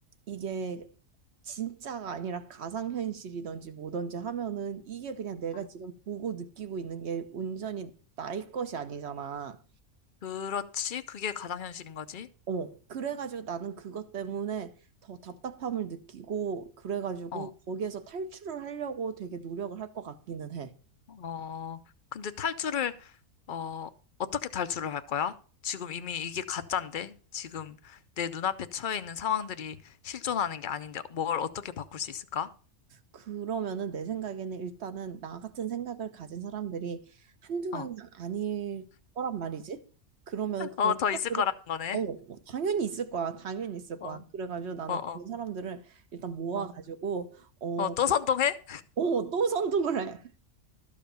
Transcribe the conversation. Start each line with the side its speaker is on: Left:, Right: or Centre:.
Right: 이게 진짜가 아니라 가상현실이든지 뭐든지 하면은 이게 그냥 내가
Left: 응.
Right: 지금 보고 느끼고 있는 게 온전히 나의 것이 아니잖아.
Left: 그렇지. 그게 가상현실인 거지.
Right: 어, 그래가지고 나는 그것 때문에 더 답답함을 느끼고, 그래가지고
Left: 어,
Right: 거기에서 탈출을 하려고 되게 노력을 할 것 같기는 해.
Left: 어. 근데 탈출을 어, 어떻게 탈출을 할 거야? 지금 이미 이게 가짠데? 지금 내 눈앞에 처해 있는 상황들이 실존하는 게 아닌데 뭘 어떻게 바꿀 수 있을까?
Right: 그러면은 내 생각에는 일단은 나 같은 생각을 가진 사람들이 한두
Left: 어,
Right: 명이 아닐 거란 말이지. 그러면 그런
Left: 어, 더
Right: 생각들이,
Left: 있을 거라는 거네.
Right: 어, 어, 당연히 있을 거야. 당연히 있을
Left: 어,
Right: 거야. 그래가지고 나는
Left: 어, 어,
Right: 그런 사람들을 일단 모아가지고,
Left: 어,
Right: 어,
Left: 어, 또 선동해?
Right: 어, 또 선동을 해.